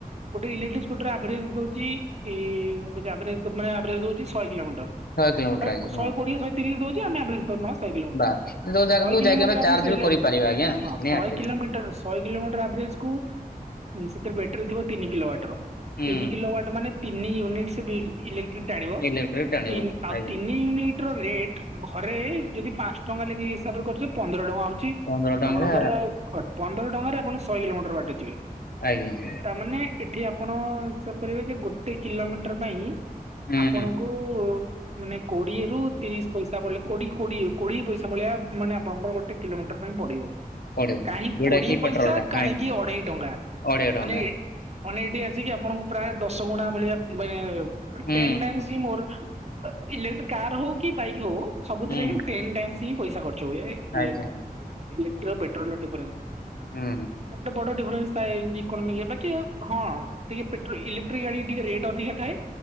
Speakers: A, on the right; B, on the left.
A: ଗୋଟେ ଇଲେକ୍ଟ୍ରିକ ସ୍କୁଟିର ଆଭରେଜ ଦଉଛି ଇ ମୁକଉଚି ଆଭ ମାନେ ଆଭରେଜ ହଉଛି ଶହେ କିଲୋମିଟ ଟ
B: କିଲୋମିଟର
A: ଶହେ
B: ଆଜ୍ଞା ହଁ
A: ଶହେ କୋଡିଏ ଶହେ ତିରିଶ ଦଉଛି ଆମେ ଆଭରେଜ୍ ଧରନବା ଶହେ କିଲୋମିଟର।
B: ବାସ୍ ଯୋଉ ଜାଗାକୁ
A: ଶଇ କିଲୋମିଟର
B: ଯାଇକି ଆମେ
A: ଆଭରେଜ
B: ଚାର୍ଜ
A: ଧଇଲେ
B: ବି କରିପାରିବା ଆଜ୍ଞା।
A: ହଁ
B: ନିହାତି
A: ଶହେ କିଲୋମିଟର ଶହେ କିଲୋମିଟର ଆଭେରେଜ୍ କୁ ସେଥିରେ ବଟେରି ଥିବ ତିନି କିଲୋ ୱାଟର
B: ହୁଁ
A: ତିନି କିଲୋୱାଟ ମାନେ ତିନି ୟୁନିଟ୍ ସେ ବିଲ୍ ଇଲେ ଜ ଟାଣିବ
B: ଇଲେକ୍ଟ୍ରିକ ଟାଣିବ
A: ଆଉ
B: ଆଜ୍ଞା
A: ତିନି ୟୁନିଟ ର ରିଟେ ଘରେ ଯଦି ପାଞ୍ଚ ଟଙ୍କା ଲେଖି ହିସାବରେ କରିଚି ପନ୍ଦର ଟଙ୍କା ହଉଛି
B: ପନ୍ଦର ଟଙ୍କା
A: ଆପଣଙ୍କର ଖର୍ଚ୍ଚ ପନ୍ଦର ଟଙ୍କାରେ ଆପଣ ଶହେ କିଲୋମିଟର ବାଟ ଯିବେ।
B: ଆଜ୍ଞା ଆଜ୍ଞା।
A: ତାମାନେ ଏଠି ଆପଣ ହିସାବ୍ କରିବେ ଯେ ଗୋଟେ କିଲୋମିଟର ପାଇଁ
B: ହୁଁ
A: ଆପଣଙ୍କୁ ମାନେ କୋଡିଏ ରୁ ତିରିଶି ପଇସା ପଡିଲେ କୋଡି କୋଡିଏ କୋଡିଏ ପଇ ସେଇଭଳିଆ ମାନେ ଆପଣଙ୍କର ଗୋଟେଏ କିଲୋମିଟର ପାଇଁ ବଡ଼ିବ
B: ପଡିବ
A: କାହିଁ
B: ଯୋଉଟା
A: କୋଡିଏ
B: କି ପେଟ୍ରୋଲ
A: ପଇସା
B: ଟା ହଁ
A: କାହିଁକି ଅଢେଇ ଟଙ୍କା
B: ଅଢେଇ ଟଙ୍କା
A: ମାନେ ଅନେ ଏଠି ଆସିକି ଆପଣଙ୍କୁ ପ୍ରାୟ ଦଶ ଗୁଣା ଭଳିଆ ମୁଁ <unintelligible> ମାନେ
B: ହୁଁ
A: ଟେନ୍ ଟାଇମ୍ସି ହିଁ ମୋର ଇଲେକ୍ଟ୍ରି କାର ହଉ କି ବାଇକ ହଉ ସବୁଥିରେ
B: ହୁଁ।
A: ହଁ ଟେନ ଟାଇମ୍ସ୍ ପଇସା କ ଚୋଏ ଇଲେ
B: ଆଜ୍ଞା
A: <unintelligible> ଇଲେକ୍ଟ୍ରୀ ଓ ପେଟ୍ରୋଲର ଦିଫରେନ୍ସ। <unintelligible>
B: ହୁଁ
A: ଡିଫରେନ୍ସ ଥାଏ ଇକୋନୋମିକ୍ ରେ ବାକି ହଁ। ଟିକେ ପେଟ୍ରୋ ଇଲେକ୍ଟ୍ରି ଗାଡି ଟିକେ ରେଟ୍ ଅଧିକା ଥାଏ